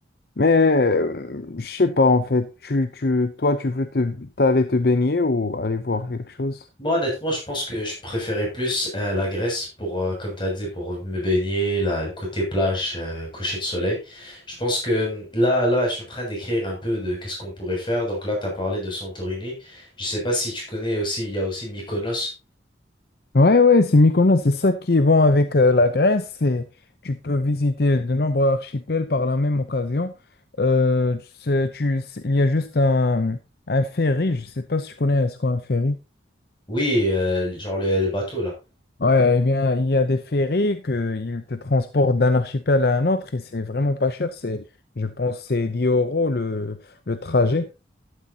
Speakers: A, on the left (about 55°); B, on the left (about 25°).
A: Mais euh, je sais pas en fait, tu, tu, toi tu veux te, t'aller te baigner ou aller voir quelque chose?
B: Moi, honnêtement, je pense que je préférais plus euh, la Grèce pour, euh, comme t'as dit, pour me baigner, là, le côté plage, euh, coucher de soleil. Je pense que hum, là, là, je suis en train d'écrire un peu de qu'est-ce qu'on pourrait faire. Donc là, t'as parlé de Santorini. Je sais pas si tu connais aussi, il y a aussi Mykonos.
A: Ouais, ouais, c'est Mykonos, c'est ça qui est bon avec euh, la Grèce, c'est tu peux visiter de nombreux archipels par la même occasion. Euh, c'est- tu, c'est- il y a juste un, un ferry, je sais pas si tu connais ce qu'est un ferry.
B: Oui, euh, genre le le bateau là.
A: Ouais, eh bien, il y a des ferries que ils te transportent d'un archipel à un autre et c'est vraiment pas cher, c'est, je pense, c'est 10 euros le, le trajet.